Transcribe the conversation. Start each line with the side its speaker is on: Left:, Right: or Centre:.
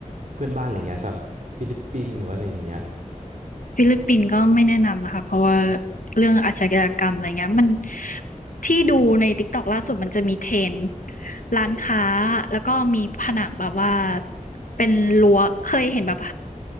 Right: เพื่อนบ้านอะไรเงี้ยแบบฟิลิปปินส์หรือว่าอะไรอย่างเงี้ย
Left: ฟิลิปปินส์ก็ไม่แนะนำนะคะเพราะว่าเรื่องอาชญากรรมอะไรเงี้ยมันที่ดูใน TikTok ล่าสุดมันจะมีเทรนด์ร้านค้าแล้วก็มีผนังแบบว่าเป็นรั้วเคยเห็นแบบ